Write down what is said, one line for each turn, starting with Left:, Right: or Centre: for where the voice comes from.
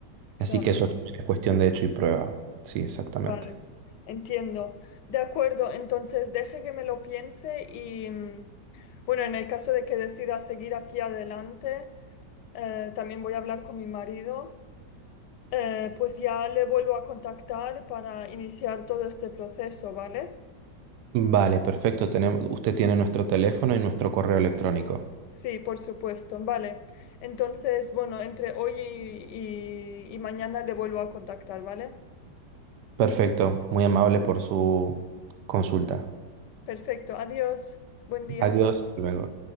Left: claro,
Right: Así que eso también es cuestión de hecho y prueba. Sí, exactamente.
Left: vale. Entiendo. De acuerdo, entonces deje que me lo piense y, mm, bueno, en el caso de que decida seguir aquí adelante, eh, también voy a hablar con mi marido. Eh, pues ya le vuelvo a contactar para iniciar todo este proceso, ¿vale?
Right: Vale, perfecto. Tenemos, usted tiene nuestro teléfono y nuestro correo electrónico.
Left: Sí, por supuesto. Vale. Entonces, bueno, entre hoy y, y y mañana le vuelvo a contactar, ¿vale?
Right: Perfecto. Muy amable por su consulta.
Left: Perfecto. Adiós. Buen día.
Right: Adiós. Hasta Luego.